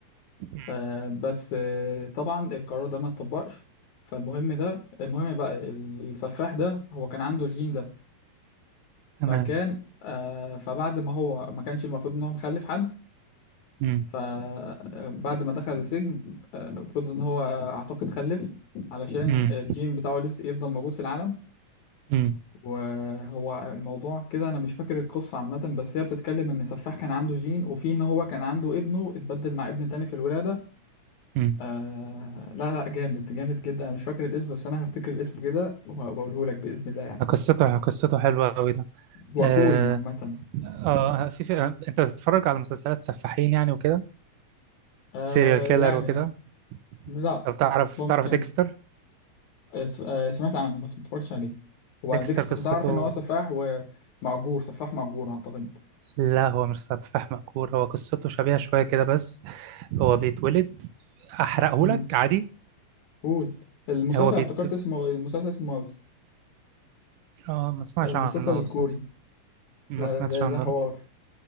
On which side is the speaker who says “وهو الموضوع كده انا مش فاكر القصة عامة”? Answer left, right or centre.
Left